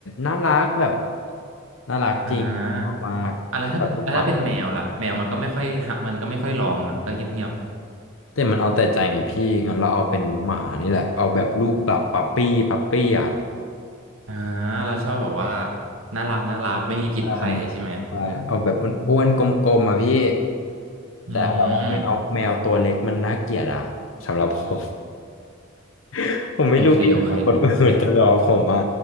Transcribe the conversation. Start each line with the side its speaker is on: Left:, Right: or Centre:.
Left: น่ารักแบบน่ารักจริงชอบมากแบบลูกหมา
Right: อ่าอ่ะแล้วถ้าเป็นแล้วถ้าเป็นแมวล่ะแมวมันก็ไม่ค่อยหะมันก็ไม่ค่อยร้องนะมันก็เงียบ
Left: แต่มันเอาแต่ใจไงพี่งั้นเราเอาเป็นหมานี่แหละเอาแบบลูกแบบปั๊ปปี้ปั๊ปปี้อ่ะ
Right: ๆอ่าเราชอบแบบว่าน่ารักน่ารักไม่มีพิษภัยใช่ไหม
Left: ใช่ใช่เอาแบบอ้วนๆกลมๆอ่ะพี่
Right: อื
Left: แต่แบบว่าแมวแมวตัวเล็กมันน่าเกลียดอ่ะสำหรับผม
Right: ม
Left: <laughs> ผมไม่รู้ดีของคนอื่นแต่สำหรับผมอ่ะ
Right: โอเคโอเคเก็ตเก็ตละ